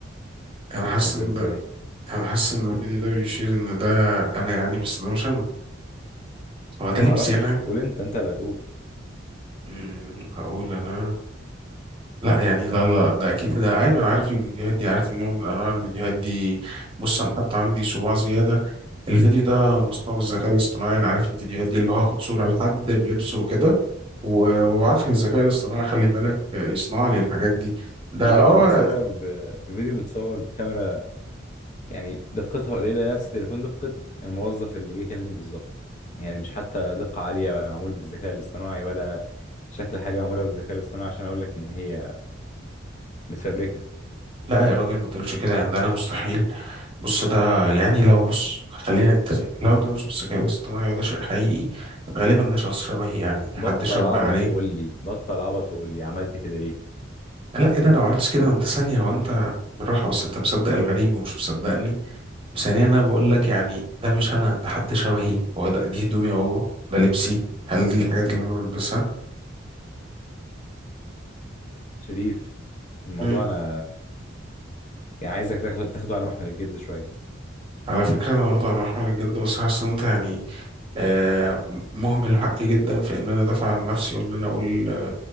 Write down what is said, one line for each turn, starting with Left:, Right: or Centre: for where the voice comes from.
Right: أنا حاسس
Left: مش انت
Right: إن
Left: ازاي
Right: انا حاسس ان الفيديو ده بيشير ان ده انا يعني بس ده مش انا هو ده
Left: معرفش
Right: لبسي انا
Left: قول انت انت اللي هتقول
Right: أمم، هقول انا لا يعني لا لا ده اكيد ده ايوه انا عارف الفيديوهات دي عارف النوع من انواع الفيديوهات دي بص انا حتى عندي صباع زياده الفيديو ده مصنوع بالذكاء الاصطناعي انا عارف الفيديوهات دي اللي هو اخد صوره لحد بلبسه وكده و- وابعتها للذكاء الاصطناعي خلي بالك آه، يصنع لي الحاجات دي ده
Left: الفيديو
Right: اه
Left: متصور ب... الفيديو متصور بكاميرا يعني دقتها قليله نفس تليفون دقه الموظف اللي جه يكلمني بالظبط يعني مش حتى دقه عاليه ولا معمول بالذكاء الاصطناعي ولا شكل حاجه معموله بالذكاء الاصطناعي عشان اقول لك ان هي متفبركه
Right: لا يا راجل ما تقولش كده يعني ده انا مستحيل بص ده يعني لو بص خلينا نتفق لو ده مش بالذكاء الاصطناعي وده شيء حقيقي غالبا ده شخص شبهي يعني حد
Left: بطل
Right: شبه
Left: عبط
Right: عليه
Left: وقول لي بطل عبط وقول لي عملت كده ليه
Right: لا ايه ده لو عملت كده انت ثانية هو انت بالراحة بس انت مصدق الغريب ومش مصدقني وثانيا انا بقول لك يعني ده مش انا ده حد شبهي هو ده دي هدومي يا بابا ده لبسي هل دي الحاجات اللي انا بلبسها
Left: شريف الموضوع
Right: مم.
Left: انا يعني عايزك تاخده تاخده على محمل الجد شويه
Right: على فكرة أنا واخده أنا محمد الجد بس حاسس إن أنت يعني آه مهمل حقي جدا في إن أنا أدافع عن نفسي وإن أنا أقول